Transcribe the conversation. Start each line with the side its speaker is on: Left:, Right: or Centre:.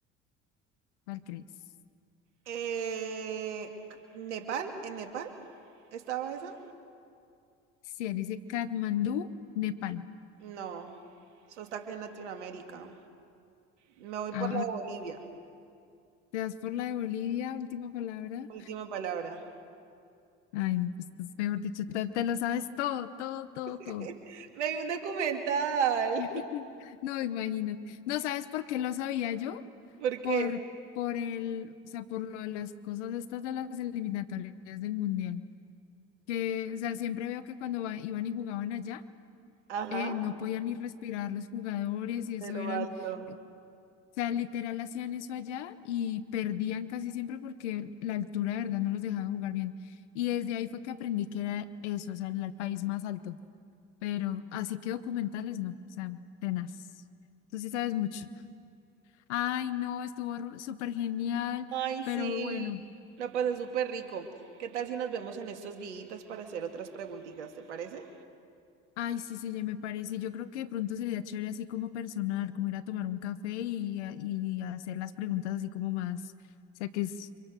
Left: ¿Cuál crees?
Right: Eh, ¿Nepal? ¿En Nepal? ¿Estaba esa?
Left: Si él dice Katmandú, Nepal.
Right: No. Eso está acá en Latinoamérica. Me voy por
Left: Ah,
Right: la de Bolivia.
Left: ¿te das por la de Bolivia, última palabra?
Right: Última palabra.
Left: Ay, no, pues pues, mejor dicho, te, te lo sabes todo, todo, todo,
Right: <laughs>
Left: todo.
Right: Me vi un documental.
Left: <laughs> No, imagínate. ¿No sabes por qué lo sabía yo?
Right: <laughs> ¿Por qué?
Left: Por, por el, o sea, por lo de las cosas estas de las eliminatorias del mundial. Que, o sea, siempre veo que cuando va- iban y jugaban allá
Right: Ajá,
Left: eh, no podían ni respirar los jugadores y eso
Right: de lo
Left: eran,
Right: alto.
Left: eh, o sea, literal hacían eso allá y perdían casi siempre porque la altura de verdad no los dejaba jugar bien. Y desde ahí fue que aprendí que era eso, o sea, el, el país más alto. Pero así que documentales no, o sea, tenaz. Tú sí sabes mucho. Ay, no, estuvo ru- súper genial,
Right: Ay,
Left: pero
Right: sí,
Left: bueno.
Right: la pasé súper rico. ¿Qué tal si nos vemos en estos días para hacer otras preguntitas? ¿Te parece?
Left: Ay, sí, sí, ya me parece. Yo creo que de pronto sería chévere así como personal, como ir a tomar un café y, a- y hacer las preguntas así como más. O sea, que es